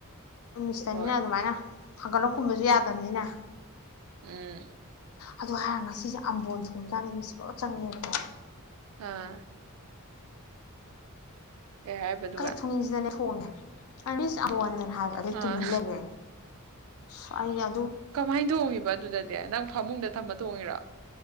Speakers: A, on the left (about 70°); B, on the right (about 65°).
A: ꯃꯤꯁꯇꯅꯤꯅ
B: ꯍꯣꯏ
A: ꯑꯗꯨꯃꯥꯏꯅ ꯐꯪꯒꯠꯂ ꯀꯨꯝꯕꯁꯨ ꯌꯥꯗꯕꯅꯤꯅ
B: ꯎꯝ
A: ꯑꯗꯨ ꯍꯥꯏꯔꯒ ꯉꯁꯤꯁꯦ ꯑꯝꯕꯣꯟ ꯊꯣꯡꯉꯀꯥꯟꯗ ꯃꯤꯁꯦ ꯄꯨꯂꯞ ꯆꯪꯉꯦꯕꯗ
B: ꯑꯥ ꯀꯩ ꯍꯥꯏꯕꯗꯨꯒ
A: ꯀꯩ ꯐꯣꯡꯏꯟꯁꯤꯗꯅꯦ ꯊꯣꯡꯉꯦ ꯑ ꯑꯕ ꯍꯥ ꯑꯗꯨꯗ
B: ꯑꯥ
A: ꯇꯨꯃꯤ ꯏꯜ ꯂꯩꯒꯦ ꯁ ꯌꯥ
B: ꯀꯃꯥꯏꯅ ꯇꯣꯡꯉꯤꯕ ꯑꯗꯨꯗꯗꯤ ꯅꯪ ꯐꯃꯨꯡꯗ ꯊꯝꯕ ꯇꯣꯡꯉꯤꯔ